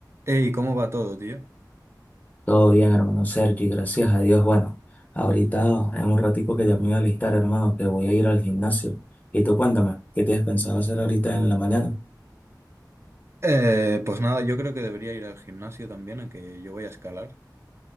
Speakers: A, on the right; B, on the left.
A: Ey, ¿cómo va todo, tío?
B: Todo bien, hermano Sergi, gracias a Dios. Bueno, ahorita en un ratico que ya me voy a alistar, hermano, que voy a ir al gimnasio. Y tú cuéntame, ¿qué tienes pensado hacer ahorita en la mañana?
A: Eh, pues nada, yo creo que debería ir al gimnasio también, en que yo voy a escalar